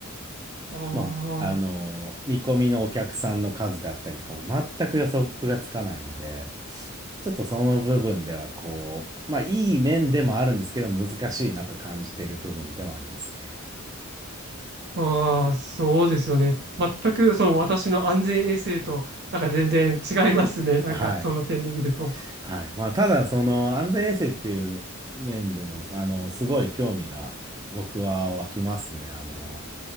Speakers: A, on the right; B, on the right.
A: あ
B: まあ、あの、見込みのお客さんの数であったりとかも全く予測がつかないので、ちょっとその部分ではこう、まあいい面でもあるんですけど難しいなと感じている部分でもありますね。
A: あ、ああ、そうですよね。全くその私の安全衛生と、なんか全然違いますね。なんかその点で見ると。
B: はい。はい。まあただその安全衛生っていう面でも、あの、すごい興味が僕は湧きますね。あの、